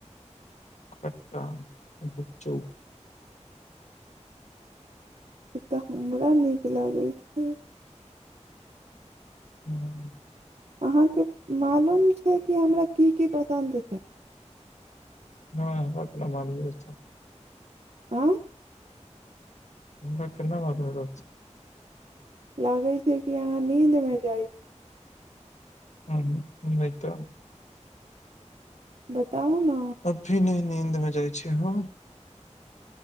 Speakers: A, on the left; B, on the right.
A: खट्टा आ घूपचुप
B: ई तऽ हमरा नीक लागै छै
A: हूँ
B: अहाँके मालूम छै कि हमरा कि की पसन्द छै
A: नै हमरा कैला मालूम
B: आँ
A: हमरा केना मालूम
B: लागै छै कि अहाँ नीन्दमे जाइ छी
A: हूँ नै त
B: बताउ ने
A: अभी नहि नीन्दमे जाइ छी हम